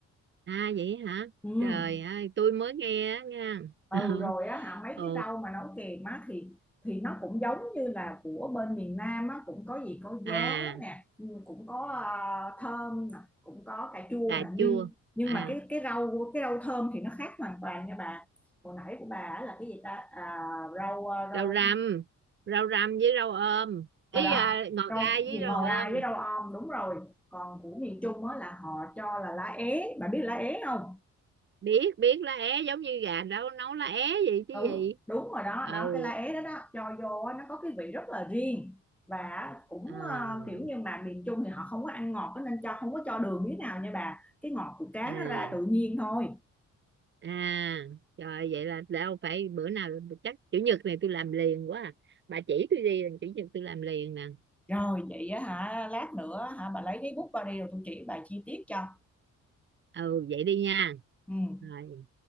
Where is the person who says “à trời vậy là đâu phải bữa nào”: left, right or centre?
Right